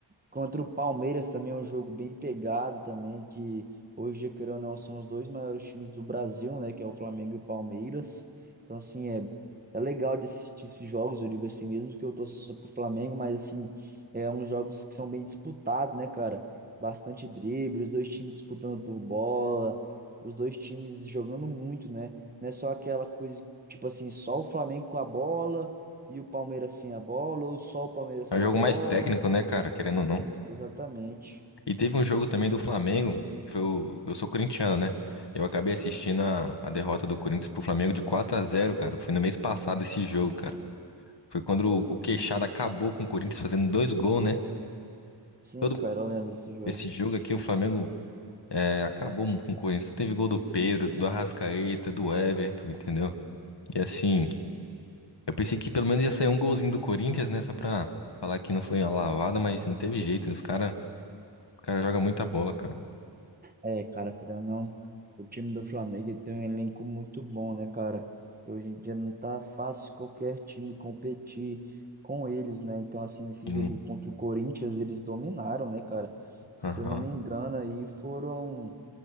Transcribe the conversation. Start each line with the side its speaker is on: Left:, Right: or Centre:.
Right: Contra o Palmeiras também é um jogo bem pegado também, que hoje, dia, querendo ou não, são os dois maiores times do Brasil, né? Que é o Flamengo e o Palmeiras. Então, assim, é, é legal de assistir esses jogos, eu digo assim mesmo, que eu torço só pro Flamengo, mas, assim, é uns jogos que são bem disputados, né, cara? Bastante drible, os dois times disputando por bola, os dois times jogando muito, né? Não é só aquela coisa, tipo assim, só o Flamengo com a bola e o Palmeiras sem a bola, ou só o Palmeiras
Left: É
Right: com
Left: um jogo
Right: a bola.
Left: mais técnico, né, cara? Querendo ou não.
Right: Isso, exatamente.
Left: E teve um jogo também do Flamengo, que foi o... eu sou corintiano, né? Eu acabei assistindo a, a derrota do Corinthians pro Flamengo de 4 a zero, cara. Foi no mês passado esse jogo, cara. Foi quando o o Queixada acabou com o Corinthians fazendo dois gols, né?
Right: Sim,
Left: Todo
Right: cara, eu lembro desse jogo.
Left: esse jogo aqui, o Flamengo é, acabou com o Corinthians. Teve gol do Pedro, do Arrascaeta, do Everton, entendeu? E assim, eu pensei que pelo menos ia sair um golzinho do Corinthians, né? Só pra falar que não foi uma lavada, mas não teve jeito. Os cara, o cara joga muita bola, cara.
Right: É, cara, querendo ou não, o time do Flamengo tem um elenco muito bom, né, cara? E hoje em dia não tá fácil qualquer time competir com eles, né? Então, assim, nesse
Left: Sim.
Right: jogo contra o Corinthians, eles dominaram, né, cara? Se
Left: Aham.
Right: eu não me engano, aí foram.